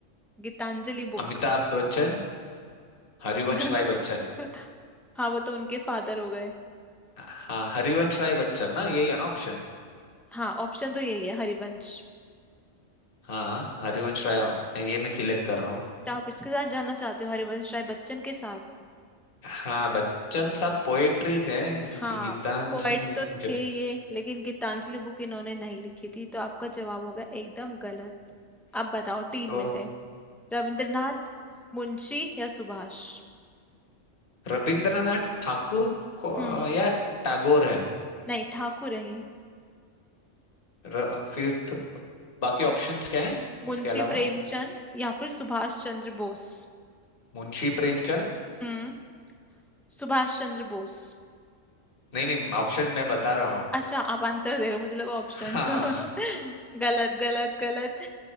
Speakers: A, in the centre; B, on the left (about 45°).
A: गीतांजलि बुक
B: अमिताभ बच्चन हरिवंश
A: <laughs>
B: राय बच्चन
A: हाँ वो तो उनके फादर हो गए
B: हाँ हरिवंश राय बच्चन ना यही है ना ऑप्शन
A: हाँ ऑप्शन तो यही है हरिवंश
B: हाँ हरिवंश राय ये मैं सिलेक्ट कर रहा हूँ
A: तो आप इसके साथ जाना चाहते हो हरिवंश राय बच्चन के साथ
B: हाँ बच्चन साहब पोएट्री थे
A: हाँ
B: अभी गीतांजलि
A: पोएट तो
B: मुझे
A: थे ये लेकिन गीतांजलि बुक इन्होंने नहीं लिखी थी तो आपका जवाब हो गया एकदम गलत अब बताओ तीन
B: तो
A: में से रविंद्रनाथ मुंशी या सुभाष
B: रविंद्रनाथ ठाकुर को
A: हम्म
B: या टैगोर है
A: नहीं ठाकुर है ये।
B: र, फिर तो, बाकी ऑप्शंस क्या है
A: मुंशी
B: इसके अलावा
A: प्रेमचंद या फिर सुभाष चंद्र बोस
B: मुंशी प्रेमचंद
A: हम्म सुभाष चंद्र बोस
B: नहीं नहीं ऑप्शन मैं बता रहा हूँ
A: अच्छा आप आंसर दे रहे हो मुझे लगा ऑप्शन
B: हाँ
A: <laughs> गलत गलत गलत